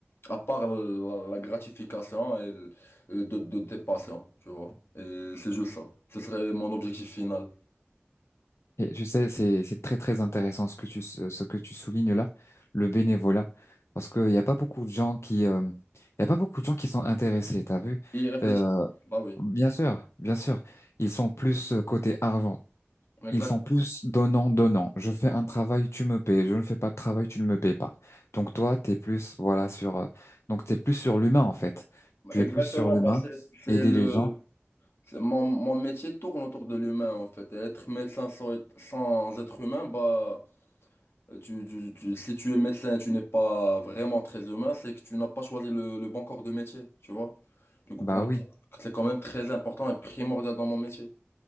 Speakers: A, on the left (about 65°); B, on the left (about 85°).
A: à part la, la gratification et le- de, de tes patients, tu vois. Et c'est juste ça. Ce serait mon objectif final.
B: Et tu sais, c'est c'est très très intéressant ce que tu ce que tu soulignes là, le bénévolat, parce qu'il n'y a pas beaucoup de gens qui, euh, il y a pas beaucoup de gens qui sont intéressés. T'as vu?
A: Y réfléchir.
B: Euh,
A: Bah oui,
B: bien sûr, bien sûr, ils sont plus euh, côté argent.
A: exact
B: Ils sont plus donnant, donnant. Je fais un travail, tu me payes. Je ne fais pas de travail, tu ne me payes pas. Donc toi, t'es plus, voilà, sur, euh, donc t'es plus sur l'humain, en fait. Tu
A: Exactement,
B: es plus sur l'humain,
A: bah c'est c'est
B: aider
A: le...
B: les gens.
A: c'est- Mon, mon métier tourne autour de l'humain, en fait. Et être médecin sans, être- sans être humain, bah... Euh, Tu, tu- tu- si tu es médecin et tu n'es pas vraiment très humain, c'est que tu n'as pas choisi le, le bon corps de métier, tu vois. Du coup,
B: Bah
A: pour moi,
B: oui,
A: c'est quand même très important et primordial dans mon métier.